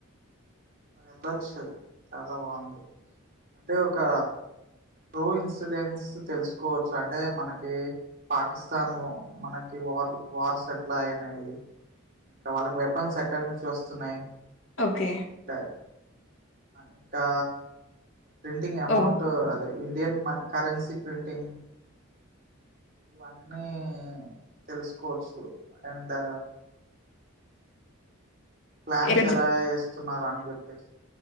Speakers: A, on the right (about 40°); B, on the left (about 75°).
A: వెళ్లొచ్చు చాలా బాగుంది అంటే ఒక కో ఇన్సిడెన్స్ తెలుసుకోవచ్చు అంటే మనకి పాకిస్తాన్ మనకి వార్ వార్ సెటిల్ అయినయి ఇంకా వాళ్ళకి వెపన్స్ ఎక్కడి నుంచి వస్తున్నాయి.
B: ఓకే
A: ఉంటయి ఇంకా ప్రింటింగ్ అమౌంట్
B: ఓహ్!
A: అదే ఇండియన్ మన్ కరెన్సీ ప్రింటింగ్ ఇవన్నీ తెలుసుకోవచ్చు అండ్ ప్లాన్స్
B: ఎక్కడ
A: ఎలా ఎస్ వస్తున్నారా అని చెప్పేసి